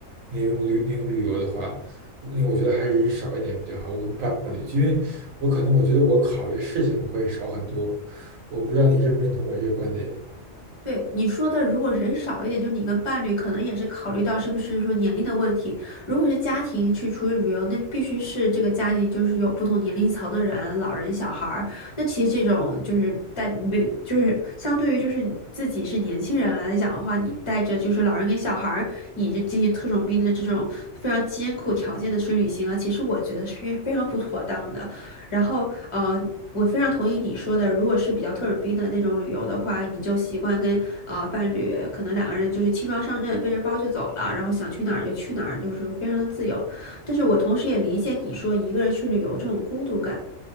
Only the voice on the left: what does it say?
对你说的，如果人少一点，就你跟伴侣，可能也是考虑到是不是说年龄的问题。如果是家庭去出去旅游，那必须是这个家庭就是有不同年龄层的人，老人、小孩儿。那其实这种就是带没，就是相对于就是你自己是年轻人来讲的话，你带着就是老人跟小孩儿，你这进行特种兵的这种非常艰苦条件的去旅行啊，其实我觉得是非常不妥当的。然后呃，我非常同意你说的，如果是比较特种兵的那种旅游的话，你就习惯跟呃伴侣，可能两个人就是轻装上阵，背着包就走了，然后想去哪儿就去哪儿，就是非常的自由。但是我同时也理解你说一个人去旅游这种孤独感。